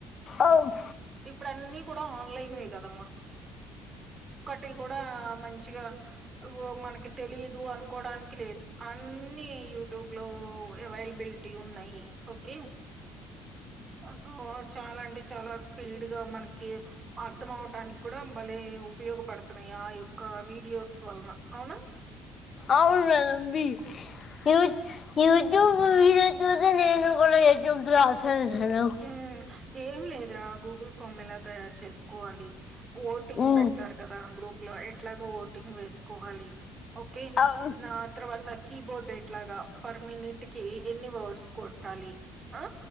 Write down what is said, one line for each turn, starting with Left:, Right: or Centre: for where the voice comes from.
Left: అవును
Right: ఇప్పుడన్నీ కూడా ఆన్లైన్ వే కదమ్మా టి కూడా మంచిగా మనకి తెలిదు అనుకోడానికి లేదు అన్ని యూట్యూబ్ లో అవైలబిలిటీ ఉన్నాయి ఓకే సో చాలా అంటె చాలా స్పీడ్ గా మనకి అర్ధం అవటానికి కూడా భలే ఉపయోగపడుతున్నాయా ఆ యొక్క వీడియోస్ వలన అవునా
Left: అవును మేడమ్ యూట్యూబ్ వీడియోస్ చూసే నేను కూడా ఎగ్జామ్స్ రాశాను మేడమ్
Right: హ్మ్ ఏం లేదురా గూగుల్ ఫామ్ ఎలా తయారు చేసుకోవాలి ఓటింగ్
Left: మ్మ్
Right: పెడతారు కదా గ్రూప్ లో ఎట్లాగా ఓటింగ్ వేసుకోవాలి ఓకే
Left: అవును
Right: తర్వాత కీబోర్డ్ ఎట్లాగా పర్ మనిట్ కి ఎన్ని వర్డ్స్ కొట్టాలి ఆ